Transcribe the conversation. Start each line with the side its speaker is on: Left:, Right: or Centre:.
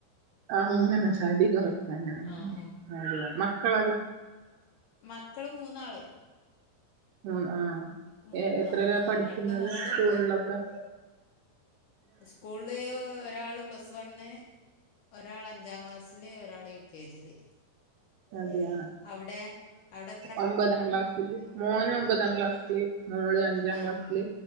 Right: അഹങ്ങനെ തടി കൊറക്കാന മ്മ്
Left: ആ ഉം.
Right: മക്കളെല്ലാം..
Left: മക്കള് മൂന്നാള്..
Right: മ്മ് ആ
Left: മൂ
Right: എ എത്രലാ
Left: ആ മൂന്നാള്
Right: പഠിക്കുന്നത്
Left: രണ്ട് മോളും
Right: സ്കൂളൊക്കെ..
Left: സ്കൂളിലെ ഒരാള് പ്ലസ് വൺ ഒരാൾ അഞ്ചാംക്ലാസ്സില് ഒരാള് യുകെജില്..
Right: അതെയാ..
Left: അവ്ടെ അവ്ടെ..
Right: ഒമ്പതാംക്ലാസ്സില് മോന് ഒമ്പതാം ക്ലാസ്സി മോള് അഞ്ചാംക്ലാസ്സില്
Left: ആ